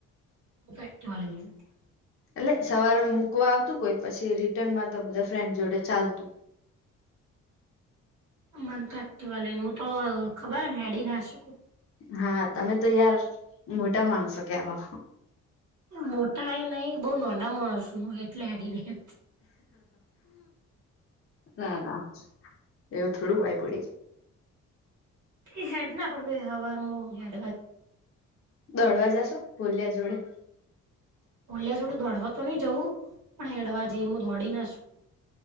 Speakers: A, on the right; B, on the left.
A: હું તો એકટીવા લઈને
B: એટલે સવારે મૂકવા આવતું કોઈ પછી રિટર્ન માં તો બધા ફ્રેન્ડ જોડે ચાલતું.
A: મન તો એક્ટિવા લઈ ને હું તો ખબર હે ને હેડી ના શકું.
B: હા, તમે તો યાર મોટા માણસો કેવાઓ
A: મોટા એ નહિ બો નોના મોણસું એટલે હેડી રેહે
B: ના ના એવું થોડું વાય પડી
A: એ હેડ ને આપડે બે હવારમા
B: દોડવા જશો? ભોલ્યા જોડે.
A: ઓલ્યા જોડે દોડવા તો નહી જવું પણ હેડવા જઈએ હું દોડી ના શકુ.